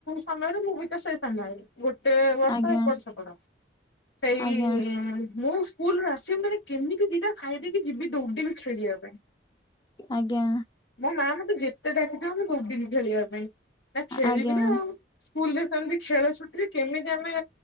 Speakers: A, on the left; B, on the left.
A: ସମୟରେ ମୁଁ ବି ତ ସେଇ ସମୟରେ ଗୋଟେ ବର୍ଷ
B: ଆଜ୍ଞା
A: ଏପଟ ସେପଟ ସେଇ
B: ଆଜ୍ଞା
A: ମୁଁ ସ୍କୁଲ ରୁ ଆସିବି ମାନେ କେମିତି ଦିଟା ଖାଇ ଦେଇକି ଯିବି ଦୌଡ଼ିବି ଖେଳିବା ପାଇଁ।
B: ଆଜ୍ଞା
A: ମୋ ମା ମତେ ଯେତେ ଡାକିଥିବ ମୁଁ ଦୌଡ଼ିବି ଖେଳିବା ପାଇଁ ନା ଖେଳିବି
B: ଆଜ୍ଞା
A: ନା ଆଉ ସ୍କୁଲ ରେ ସେମିତି ଖେଳ ଛୁଟିରେ। କେମିତି ଆମେ